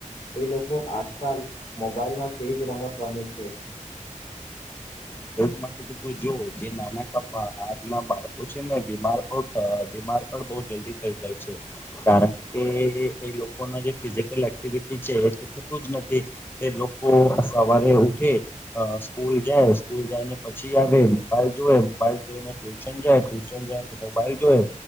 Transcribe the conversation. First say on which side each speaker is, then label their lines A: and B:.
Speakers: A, on the left; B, on the left.
A: તે લોકો આજકાલ મોબાઈલમાં તેજ રમત રમે છે
B: ટ માટે તો ત જો જે નાના ક આજ ના બાળકો છે ને બીમાર બીમાર પણ બહ જલ્દી થઈ જાય છે કારણ કે એ લોકોના જે ફિઝિકલ ર છે એ તો થતું જ નથી તે લોકો સવારે ઉઠે સ્કૂલ જાય સ્કૂલ જાય ને પછી આવે મોબાઈલ જોઈ મોબાઈલ જોઈ ને ટ્યુશન જાય ટ્યુશન જાય ને મોબાઈલ જોઈ